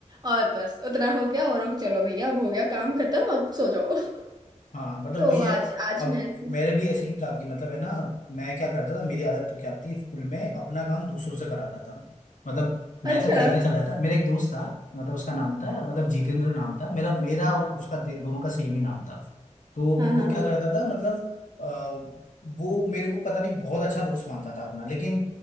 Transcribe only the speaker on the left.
हाँ मतलब
वही
है
अब
मेरे भी ऐसी था कि मतलब है ना मैं क्या करता था मेरी आदत तो क्या थी स्कूल में अपना काम दूसरों से कराता था मतलब
मैं तो खेलने चला जाता मेरा एक दोस्त था मतलब उसका नाम था मतलब जितेंद्र नाम था मेरा मेरा और उसका दे- दोनों का सेम ही नाम था तो
वो
क्या करता था मतलब आ, वो मेरे को पता नहीं बहुत अच्छा दोस्त मानता था अपना लेकिन